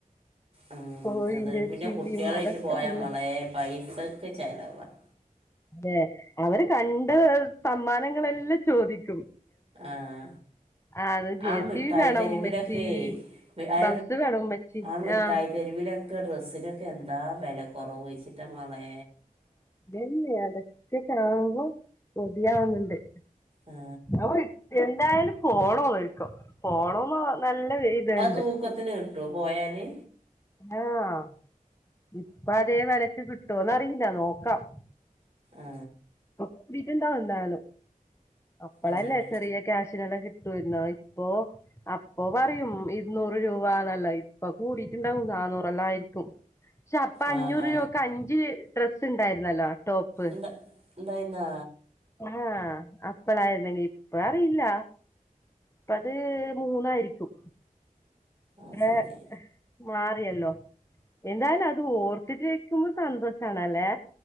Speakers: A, on the right; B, on the left.
A: ഉം
B: കോഴിന്റെ
A: അതല് പിന്നെ
B: ചില്ലിയും
A: കുട്ടികളായിട്ട്
B: അതൊക്കെ
A: പോയാ
B: നല്ല
A: വളരെ പൈ സാക്കെ ചെലവാ-
B: അതെ അവര് കണ്ട സമ്മാനങ്ങളെല്ലാം ചോദിക്ക-
A: ആഹ
B: ആണ് ജെ
A: ആ മിഠായിത്തെരുവിലൊക്കെ
B: സി ബി വേണം ഉമ്മച്ചി
A: ആ
B: ബസ് വേണം ഉമ്മച്ചി
A: ആ മിഠായിത്തെരുവിലൊക്കെ
B: ആഹ്
A: ഡ്രസിനൊ എന്താ വില കുറവ് വഴിച്ചിട്ടാ പേ
B: ഇല്ലെ അതക്കെ കാണുമ്പോ കൊതി ആവന്നണ്ട്-
A: ആ,
B: ഓ എന്തായാലും പോണന്ന്രിക്കോ പോണന്ന് നല്ല ഇതുണ്ട്
A: അത് തൂക്കത്തിന് കിട്ടുവോ പോയാല്
B: ആഹ് ഇപ്പ അതേ വെലക്ക് കിട്ട്- കിട്ടോന്നറിയില്ല നോക്കാം
A: ആ
B: ഇ കീട്ടിന്താ എന്തായള് അപ്പളല്ലേ
A: അതന്നെ
B: ചെറിയ ക്യാഷിനെല്ലാം കി ുന്ന ഇപ്പൊ അപ്പൊ പറയും ഇരുന്നൂറ് രൂപന്നല്ല ഇപ്പൊ കൂടിട്ടുണ്ടാവും നന്നൂറല്ല ആയിരിക്കും പക്ഷെ അപ്പ
A: ആ
B: അഞ്ഞൂറ്
A: ആ
B: രൂപ ഒക്കെ അഞ്ച് ഡ്രെസ് ഉണ്ടായിരുന്നല്ലോ ടോപ്പ്
A: എന്താ എന്തായിരുന്നാ
B: ആഹ് അ ഇപ്പളായിരുന്നെങ്കിൽ ഇപ്പ അറിയില്ല അപ്പ അത് മൂന്നായിരിക്കും
A: ആ ശരി
B: ആഹ മാറിയല്ലോ എന്തായാലും അത് ഓർത്തിട്ടിരിക്കുമ്പോ സന്തോഷണല്ലേ